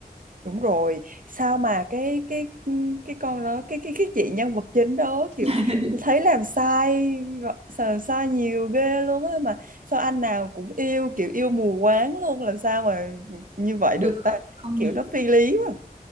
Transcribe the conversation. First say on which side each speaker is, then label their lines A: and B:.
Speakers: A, on the right; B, on the right.
A: đúng rồi sao mà cái cái ừ, cái con đó cái cái cái chị nhân vật chính đó kiểu
B: <laughs>
A: thấy làm sai làm sai nhiều ghê luôn á mà sao anh nào cũng yêu kiểu yêu mù quáng luôn làm sao mà như vậy
B: tôi
A: được
B: kh-
A: ta
B: không
A: kiểu
B: hiểu
A: nó phi lý quá